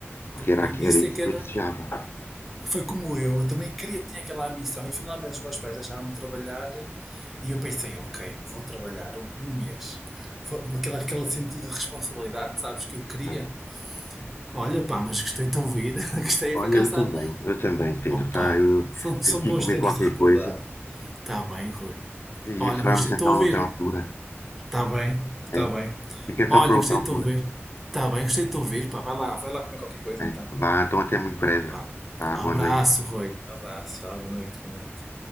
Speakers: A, on the left; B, in the centre.
A: porque era,
B: Isso
A: era isso
B: é que
A: que
B: era.
A: eu desejava.
B: Foi como eu, eu também queria, tinha aquela ambição e finalmente os meus pais deixaram me trabalhar e eu pensei, ok, vou trabalhar um, um mês. Foi aquela, aquele sentido de responsabilidade, sabes, que eu queria.
A: né?
B: Olha pá, mas gostei de te ouvir, <laughs> gostei
A: Olha,
B: para cá
A: eu
B: está.
A: também, eu também, Pedro,
B: Opa,
A: tá? Eu
B: são, são
A: tenho que
B: bons
A: ir comer
B: tempos
A: qualquer
B: de recordar.
A: coisa
B: Está bem, Rui.
A: e
B: Olha,
A: falamos
B: mas gostei
A: então
B: de te ouvir.
A: noutra altura,
B: Está bem, está
A: né?
B: bem.
A: Fica então
B: Olha,
A: por outra
B: gostei
A: altura,
B: de te ouvir. Está bem, gostei de te ouvir, pá, vai lá, vai lá comer qualquer coisa
A: né?
B: então.
A: Vá, então até muito breve,
B: Vá.
A: tá?
B: Abraço,
A: Boa noite.
B: Rui. Abraço, ah, boa noite, boa noite.